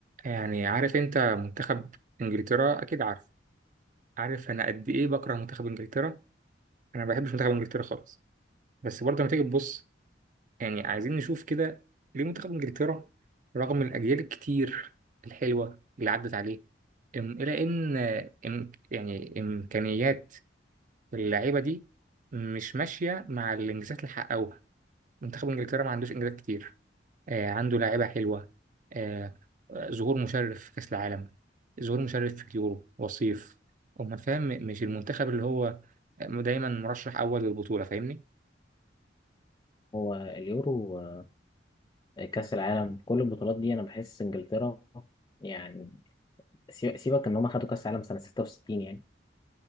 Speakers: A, on the right (about 45°); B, on the left (about 20°).
A: يعني عارف انت منتخب انجلترا اكيد عارف عارف انا قد ايه بكره منتخب انجلترا انا ما بحبش منتخب انجلترا خالص بس برضه لما تيجي تبص يعني عايزين نشوف كده ليه منتخب انجلترا رغم الاجيال الكتير الحلوه اللي عدت عليه ام- الى ان ام يعني امكانيات اللعيبه دي مش ماشيه مع الانجازات اللي حققوها منتخب انجلترا ما عندوش انجازات كتير آه، عنده لاعيبة حلوة آه، آه، ظهور مشرف في كأس العالم ظهور مشرف في اليورو وصيف أمال فاهم م- مش المنتخب اللي هو آه، دايما مرشح أول للبطولة فاهمني
B: هو اليورو آه، كأس العالم كل البطولات دي أنا بحس إنجلترا يعني سي- سيبك إن هم خدوا كأس العالم سنة 66 يعني